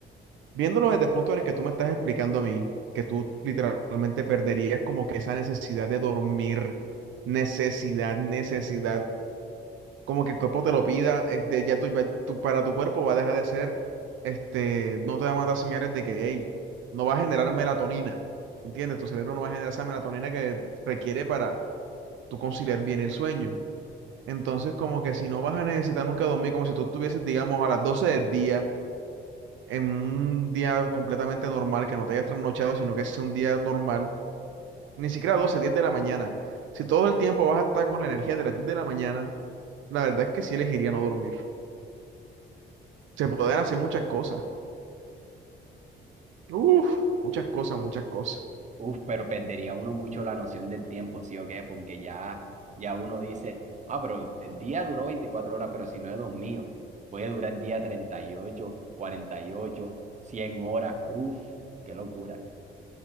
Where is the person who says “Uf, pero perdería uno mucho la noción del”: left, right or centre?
Right